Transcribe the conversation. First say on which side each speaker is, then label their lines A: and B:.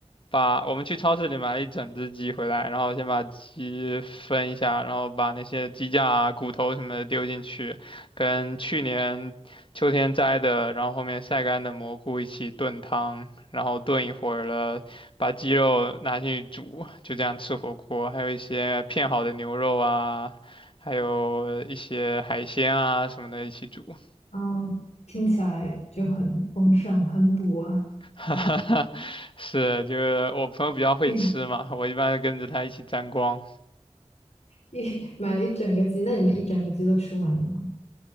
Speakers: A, on the left (about 45°); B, on the left (about 65°).
A: 把我们去超市里买了一整只鸡回来，然后先把鸡分一下，然后把那些鸡架啊、骨头什么的丢进去，跟去年秋天摘的，然后后面晒干的蘑菇一起炖汤，然后炖一会儿了，把鸡肉拿进去煮，就这样吃火锅。还有一些片好的牛肉啊，还有一些海鲜啊什么的一起煮。
B: 嗯，听起来就很丰盛，很补啊！
A: <laughs> 是，就是我朋友比较会吃嘛，
B: 一
A: 我一般跟着他一起沾光。
B: 一买了一整个鸡，那你们一整个鸡都吃完了吗？